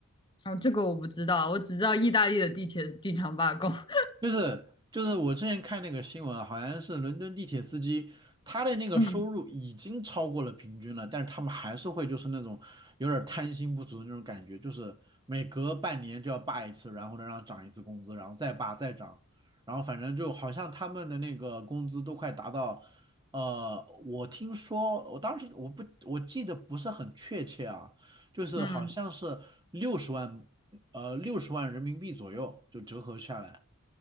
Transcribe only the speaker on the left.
哦，这个我不知道，我只知道意大利的地铁经常罢工。<laughs>
嗯
嗯。